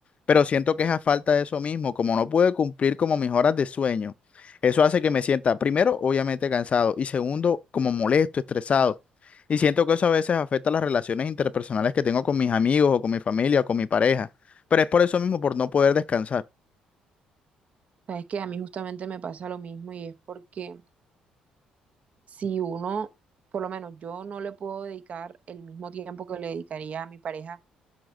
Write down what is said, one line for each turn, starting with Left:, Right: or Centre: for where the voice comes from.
Left: Pero siento que es a falta de eso mismo, como no pude cumplir como mis horas de sueño. Eso hace que me sienta, primero, obviamente cansado y segundo, como molesto, estresado. Y siento que eso a veces afecta las relaciones interpersonales que tengo con mis amigos o con mi familia o con mi pareja. Pero es por eso mismo, por no poder descansar.
Right: Sabes que a mí justamente me pasa lo mismo y es porque si uno, por lo menos yo no le puedo dedicar el mismo tiempo que le dedicaría a mi pareja